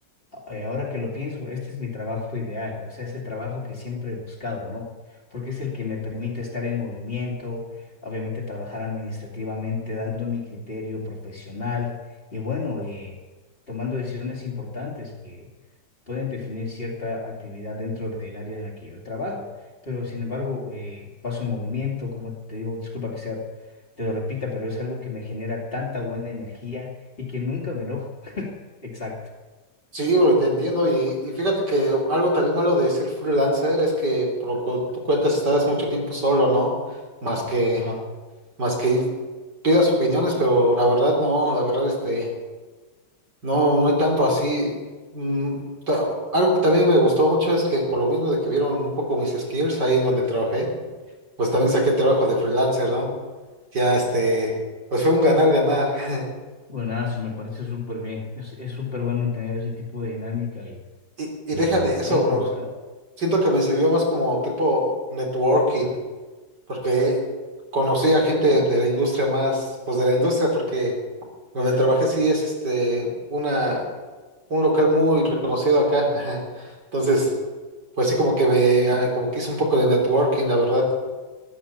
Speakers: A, on the left; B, on the right.
A: eh, ahora que lo pienso, este es mi trabajo ideal, o sea, es el trabajo que siempre he buscado, ¿no? Porque es el que me permite estar en movimiento, obviamente trabajar administrativamente, dando mi criterio profesional y bueno, eh, tomando decisiones importantes que pueden definir cierta actividad dentro del área en la que yo trabajo. Pero sin embargo, eh, paso en movimiento, como te digo, disculpa que sea, te lo repita, pero es algo que me genera tanta buena energía y que nunca me enojo. <laughs> Exacto.
B: Sí, bro, y te entiendo. Y, y fíjate que algo también malo de ser freelancer es que, por lo que tú cuentas, estás mucho tiempo solo, ¿no? Más que,
A: Ajá.
B: más que pidas opiniones, pero la verdad no, la verdad, este, no, no hay tanto así. Mm, ta- algo que también me gustó mucho es que por lo mismo de que vieron un poco mis skills ahí en donde trabajé, pues también saqué trabajo de freelancer, ¿no? Ya, este, pues fue un ganar-ganar. <laughs>
A: Buenazo, me parece súper bien. Es, es súper bueno tener ese tipo de dinámica y
B: Y, y
A: eh,
B: deja de eso,
A: hay que
B: bro.
A: buscar.
B: Siento que me sirvió más como tipo networking porque conocí a gente de la industria más, pues de la industria, porque donde trabajé sí es este una un local muy reconocido acá. ajá. Entonces, pues sí como que me ah, como que hice un poco de networking, la verdad.